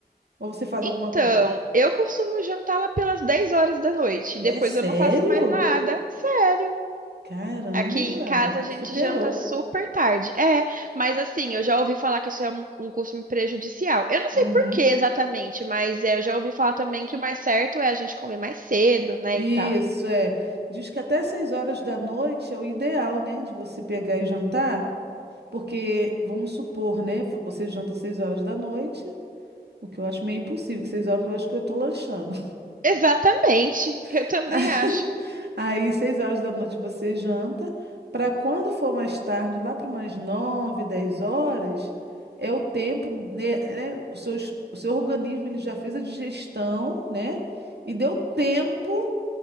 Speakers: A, on the right (about 80°); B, on the right (about 55°).
A: Ou você faz
B: Então,
A: alguma coisa?
B: eu costumo jantar lá pelas 10 horas da noite,
A: É
B: depois
A: sério?
B: eu não faço mais nada, sério.
A: Caramba,
B: Aqui em casa a
A: me
B: gente
A: superou.
B: janta super tarde. É, mas assim, eu já ouvi falar que isso é um, um costume prejudicial. Eu não sei
A: Uhum.
B: por que exatamente, mas é, eu já ouvi falar também que o mais certo é a gente comer mais cedo, né,
A: Isso
B: e tal.
A: é. Diz que até seis horas da noite é o ideal, né, de você pegar e jantar, porque vamos supor, né, você janta seis horas da noite, o que eu acho meio impossível, que seis horas eu acho que eu tô lanchando.
B: Exatamente, eu
A: <laughs>
B: também acho.
A: Aí, seis horas da noite você janta, para quando for mais tarde, lá para umas nove, dez horas, é o tempo, né, né, o seu, o seu organismo ele já fez a digestão, né? E deu tempo